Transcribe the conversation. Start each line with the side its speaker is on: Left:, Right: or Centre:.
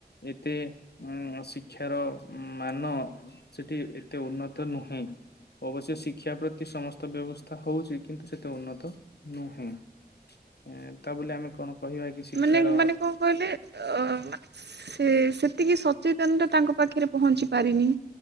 Left: ଏବେ ଉ ଶିକ୍ଷାର ମାନ ସେଠି ଏତେ ଉନ୍ନତ ନୁହେଁ। ଅବଶ୍ୟ ଶିକ୍ଷା ପ୍ରତି ସମସ୍ତ ବ୍ୟବସ୍ଥା ହଉଛି କିନ୍ତୁ ସେତେ ଉନ୍ନତ ନୁହେଁ। ଉ ତା ବୋଲି ଆମେ କଣ କହିବା କି? ଶିକ୍ଷାର
Right: ମାନେ ମାନେ କଣ କହିଲେ? ଅ ସେ ସେତିକି ସଚେତନତା ତାଙ୍କ ପାଖରେ ପହଞ୍ଚିପାରିନି।